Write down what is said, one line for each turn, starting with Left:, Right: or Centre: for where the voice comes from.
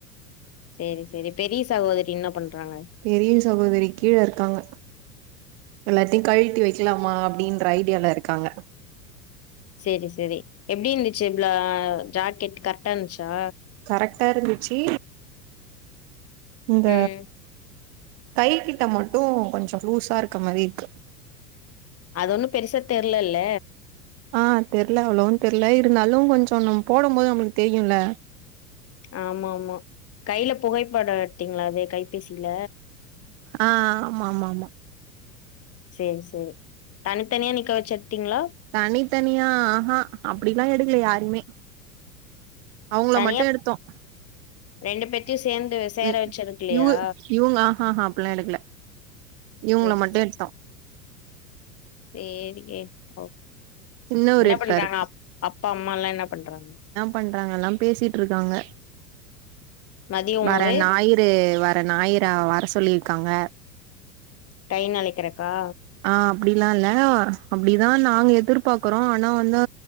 Left: சேரி சேரி பெரிய சகோதரி என்ன பண்றாங்க
Right: பெரிய சகோதரி கீழ இருக்காங்க எல்லாத்தையு கழட்டி வெக்கலாமா அப்படின்ற ஐடியால இருக்காங்க
Left: சேரி சேரி எப்டி இருந்துச்சு ப்ளா ஜாக்கெட் கர்ட்டா இருந்துச்சா
Right: கரெக்டா இருந்துச்சி இந்த
Left: ம்
Right: கை கிட்ட மட்டு கொஞ்ச லூஸா இருக்க மாறி இருக்கு
Left: அது ஒன்னு பெருசா தெர்லல்ல
Right: ஆ தெர்ல அவ்ளோவு தெர்ல இருந்தாலு கொஞ்சோ நம் போடும் போது நம்மளுக் தெரியும்ல
Left: ஆமா ஆமா கையில புகைப்படம் எடுத்திங்களா அத கைபேசில
Right: ஆ ஆமா ஆமா ஆமா
Left: சேரி சேரி தனித்தனியா நிக்க வெச்சு எடுத்திங்களா
Right: தனித்தனியா ஆஹா அப்படிலா எடுக்கல யாறையுமே அவங்கள
Left: தனியா
Right: மட்டு எடுத்தோம்
Left: ரெண்டு பேத்தையும் சேந்து சேர
Right: ம்
Left: வச்சிருக்கலையா
Right: யுவு யுவுங்க ஆ ஹஹஹ அப்பல்லா எடுக்கல இவுங்கள
Left: செரி
Right: மட்டும் எடுத்தோம்
Left: சேரிங்க ஓகே
Right: சின்னவரு
Left: என்ன
Right: எடுத்தாரு
Left: பண்றாங்க அப் அப்பா அம்மல்லா என்ன பண்றாங்க
Right: பண்றாங்கல்லா பேசிட்டு இருக்காங்க
Left: மதிய உணவு
Right: வர ஞாயி ந்து வர ஞாயிர வர சொல்லிருக்காங்க
Left: கை நனைக்கிறக்கா
Right: ஆ அப்படில்லா இல்ல அப்படிதா நாங்க எதிர்பாக்குறோ ஆனா வந்து